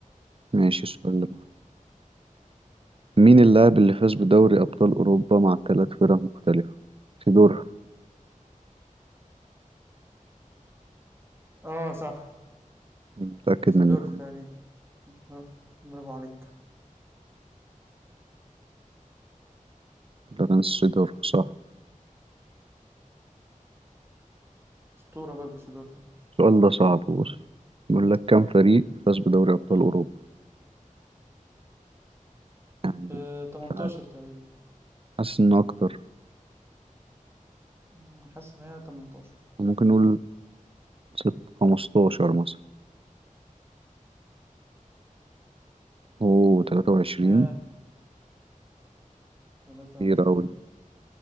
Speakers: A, on the right; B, on the right.
A: ماشي السؤال اللي بعده مين اللاعب اللي فاز بدوري أبطال أوروبا مع ثلاث فرق مختلفة سيدورف
B: اه صح
A: متأكد
B: سيدورف
A: منها
B: تقريبا برافو برافو عليك
A: لورنس سيدورف صح
B: أسطورة برضو سيدورف ده
A: السؤال ده صعب بص بيقول لك كم فريق فاز بدوري أبطال
B: مم.
A: أوروبا يعني
B: أه... 18
A: مش عارف.
B: تقريبا
A: حاسس إن أكتر
B: أنا حاسس إن هي 18
A: ممكن نقول ست خمستاشر مثلا أوه تلاتة وعشرين
B: ياه 23
A: كتير أوي